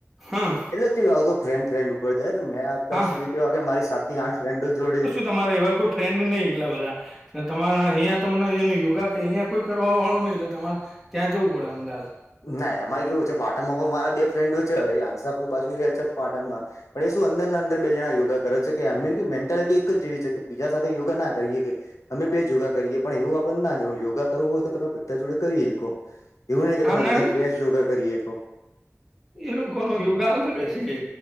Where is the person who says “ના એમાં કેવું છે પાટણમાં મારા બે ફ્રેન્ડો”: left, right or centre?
Left